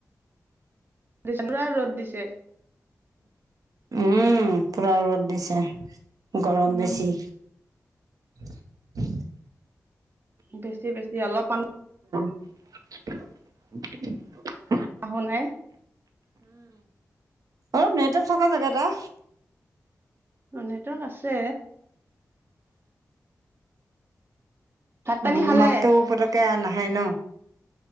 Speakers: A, on the right; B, on the right.
A: দি পৰা ৰ'দ দিছে।
B: উম পুৰা ৰত দিছে, গৰম
A: উম
B: বেছি। <unintelligible>
A: বেছি বেছি অলপমান।
B: <unintelligible>
A: অহো নাই।
B: অ নেটক থকা জেগাত আহ।
A: অ নেটৱৰ্ক আছে। ভাত
B: উম
A: পানী
B: মু্
A: খালে
B: মাতটো পটককে নাহে ন?